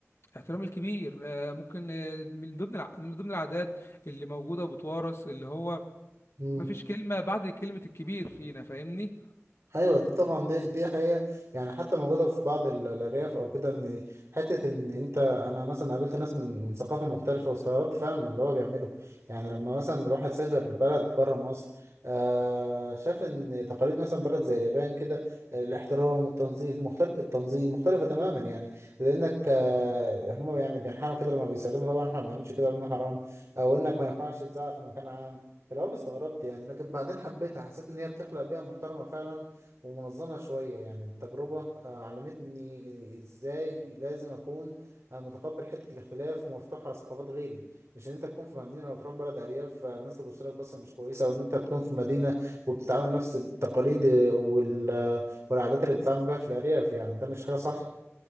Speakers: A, on the left (about 60°); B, on the right (about 70°).
A: احترام الكبير آه، ممكن آه، من ضمن الع... من ضمن العادات اللي موجودة وبتورث اللي هو
B: مم.
A: مفيش كلمة بعد كلمة الكبير فينا فاهمني
B: ايوه دي طبعا دي دي حقيقه يعني حتى موجوده في بعض ال- الارياف او كده ان حته ان انت انا مثلا قابلت ناس من من ثقافه مختلفه واستغربت فعلا من اللي هو بيعمله يعني لما مثلا الواحد سافر بلد بره مصر آه شاف ان تقاليد مثلا بلد زي اليابان كده الاحترام التنظيف مختلف التنظيم مختلفه تماما يعني لانك آه هم يعني بينحنوا كده لما بيسلموا طبعا احنا ما بنعملش كده لانه حرام او انك ما ينفعش تزعق في مكان عام في الاول استغربت يعني لكن بعدين حبيتها حسيت ان هي بتخلق بيئه محترمه فعلا ومنظمة شوية يعني التجربة آه، علمتني ازاي لازم اكون آه، متقبل حتة الاختلاف ومفتوح على ثقافات غيري مش ان انت تكون في مدينة لو تروح بلد ارياف آه، الناس تبص لك بصة مش كويسة او ان انت تكون في مدينة وبتتعامل نفس التقاليد آه، وال... والعادات اللي بتتعامل بيها في الارياف يعني ده مش حاجة صح